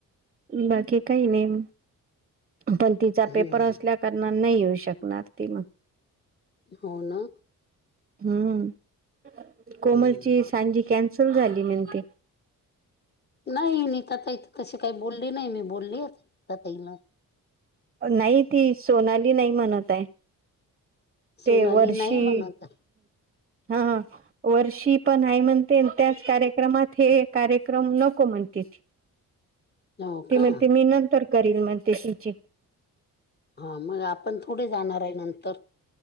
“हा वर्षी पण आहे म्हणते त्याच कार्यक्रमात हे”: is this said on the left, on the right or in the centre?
Right